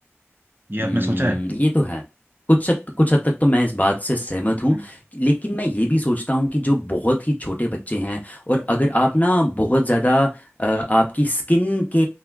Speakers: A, on the right; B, on the left.
A: ये
B: हम्म
A: आपने सोचा है
B: ये तो है कुछ हद कुछ हद तक तो मैं इस बात से सहमत हूँ
A: हम्म
B: लेकिन मैं ये भी सोचता हूँ कि जो बहुत ही छोटे बच्चे हैं और अगर आप ना बहुत ज़्यादा अ, आपकी स्किन के